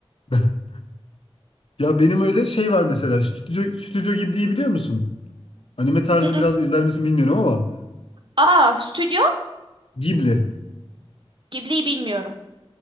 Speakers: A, on the left (about 65°); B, on the right (about 55°).
A: <laughs> ya benim öyle şey var mesela Stüdyo Stüdyo Ghibli'yi biliyor musun? Anime tarzı
B: Mm-mm.
A: biraz izler misin bilmiyorum ama
B: Aa, Stüdyo
A: Ghibli.
B: Ghibli'yi bilmiyorum.